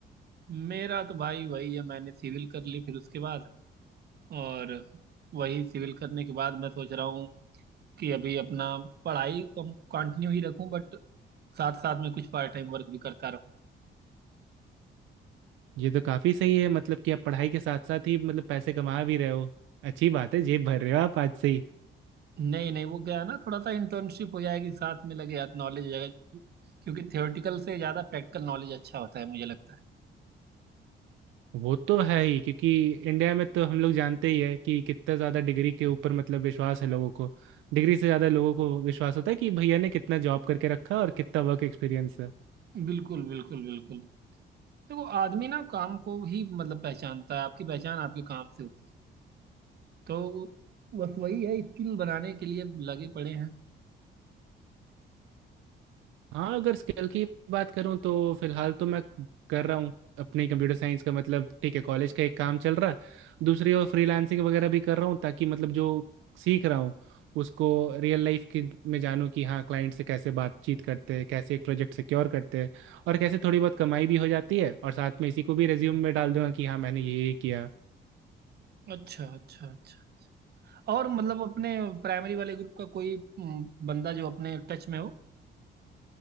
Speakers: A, on the right; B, on the right.
A: मेरा तो भाई वही है मैंने सिविल कर ली फिर उसके बाद और वही सिविल करने के बाद मैं सोच रहा हूँ कि अभी अपना पढ़ाई कम कंटिन्यू ही रखूं बट साथ साथ में कुछ पार्ट टाइम वर्क भी करता रहूँ
B: ये तो काफ़ी सही है मतलब कि आप पढ़ाई के साथ साथ ही मतलब पैसे कमा भी रहे हो अच्छी बात है जेब भर रहे हो आप आज से
A: नहीं नहीं वो क्या है ना थोड़ा सा इंटर्नशिप हो जाएगी साथ में लगे हाथ नॉलेज जाएगा क्योंकि थियोरेटिकल से ज़्यादा प्रैक्टिकल नॉलेज अच्छा होता है मुझे लगता
B: वो तो है ही क्योंकि इंडिया में तो हम लोग जानते ही है कि कितना ज़्यादा डिग्री के ऊपर मतलब विश्वास है लोगों को डिग्री से ज़्यादा लोगों को विश्वास होता है कि भैया ने कितना जॉब करके रखा और कितना वर्क एक्सपीरियंस है
A: है बिल्कुल बिल्कुल बिल्कुल देखो आदमी ना काम को ही मतलब पहचानता है आपकी पहचान आपके काम से होती है तो बस वही है स्किल बनाने के लिए लगे पड़े हैं
B: हाँ अगर स्किल की बात करूँ तो फिलहाल तो मैं कर रहा हूँ अपनी कंप्यूटर साइंस का मतलब ठीक है कॉलेज का एक काम चल रहा है दूसरी ओर फ्रीलांसिंग वगैरह भी कर रहा हूँ ताकि मतलब जो सीख रहा हूँ उसको रियल लाइफ की में जानूँ कि हाँ क्लाइंट से कैसे बातचीत करते हैं कैसे एक प्रोजेक्ट सिक्योर करते हैं और कैसे थोड़ी बहुत कमाई भी हो जाती है और साथ में इसी को भी रेज्यूम में डाल दूंगा कि हाँ मैंने ये ये किया
A: अच्छा अच्छा अच्छा और मतलब अपने प्राइमरी वाले ग्रुप का कोई हम्म, बंदा जो अपने टच में हो